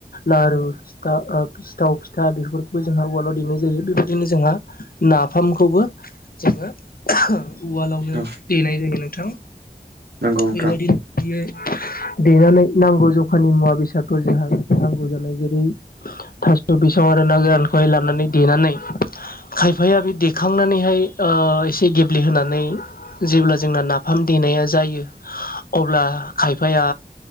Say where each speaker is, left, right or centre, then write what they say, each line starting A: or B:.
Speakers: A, on the left (about 65°); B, on the right (about 90°).
A: लारु फिथा ओ सिथाव फिथा बेफोरखौबो जोंहा उवालाव देनाय जायो बेबायदिनो जोंहा नाफामखौबो जोङो उवालावनो
B: औ
A: देनाय जायो नोंथां
B: नंगौ नोंथां
A: बेबायदिनो बियो देनानै नांगौ जखानि मुवा बेसादफोर जोंहा नांगौ जानाय जेरै थास बिसं आरो नागोरान बाय लानानै देनानै खायफाया
B: औ
A: बे देखांनानैहाय ओ एसे गेब्लेहोनानै जेब्ला जोंना नाफाम देनाया जायो अब्ला खायफाया